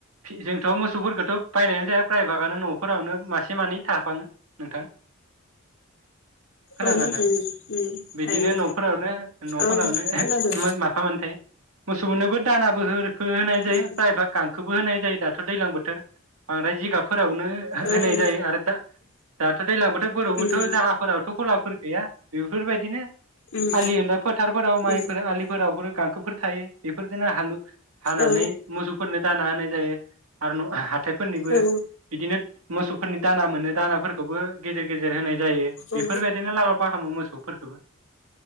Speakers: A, on the right; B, on the left.
A: फि जोंथ मोसौफोरखौथ बायनायानो जाया <unintelligible> गानो नफोरावनो मासे मानै थाफाङो नोंथां खोनादोंना
B: औ उम
A: नोंथां
B: उम
A: बिदिनो
B: थायो
A: न'फोरावनो न'फोरावनो
B: ओं खोनादों
A: माफा मानै थायो। मोसौ मोननोबो दानाबो होरो होनाय जायो
B: उम
A: प्रायभाग गांखोबो होनाय जायो दा थ' दैलां बोथोर बांद्राय जिगाब रावनो
B: औ
A: होनाय
B: औ
A: जायो आरो दा दाथ' दैलां बोथोरफोरावबोथ'
B: उम
A: जाहाफोरावथ' खलाफोर गैया बेफोरबायदिनो
B: उम
A: आलि होनो फोथारफोराव माइफोर
B: उम
A: आलिफोराव गांखोफोर थायो बेफोरदिनो हालु हानानै
B: औ
A: मोसौफोरनो दाना होनाय जायो आरो न' हाथेब फोरनिबो
B: औ
A: बिदिनो मोसौफोरनि दाना मोनो दानाफोरखौबो गेजेर गेजेर होनाय जायो
B: औ
A: बेफोरबायदिनो
B: औ
A: लालाफाहामो मोसौफोरफोरखोबो ।